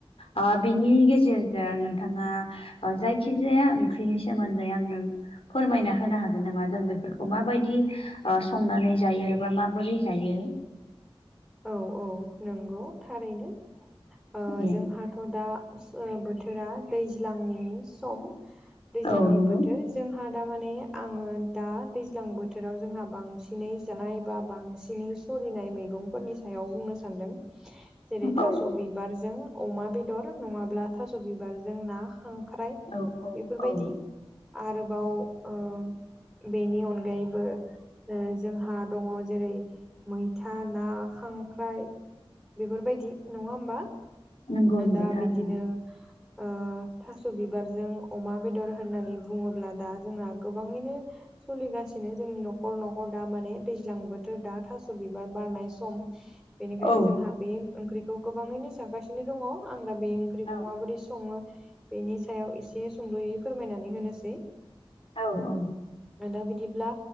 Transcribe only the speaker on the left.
ओ बिनि गेजेरजों नोंथाङा जायखिजाया ओंख्रिनि सोमोन्दै आं नों फोरमायना होनो हागोन नामा जों बेफोरखौ माबायदि ओ संनानै जायो बा माबोरै जायो
उम
औ नंगौ
औ
औ
औ
नोंगौ नोंगौ
थारैनो।
औ
औ
औ औ।